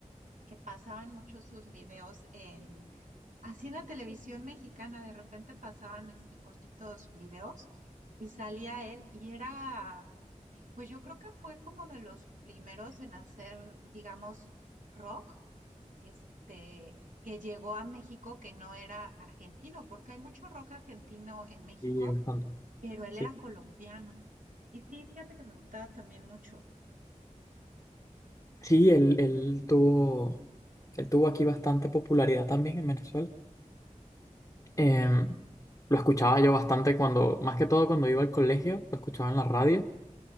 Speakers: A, on the right; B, on the left.
A: que pasaban muchos sus videos en, así en la televisión mexicana, de repente pasaban este cortitos videos y salía él y era, pues yo creo que fue como de los primeros en hacer, digamos, rock, este, que llegó a México que no era argentino, porque hay mucho rock argentino en México,
B: Sí, bastante.
A: pero él
B: Sí.
A: era colombiano. Y sí, fíjate que me gustaba también mucho.
B: Sí, él, él tuvo, él tuvo aquí bastante popularidad también en Venezuela. Em, lo escuchaba yo bastante cuando, más que todo cuando iba al colegio, lo escuchaba en la radio.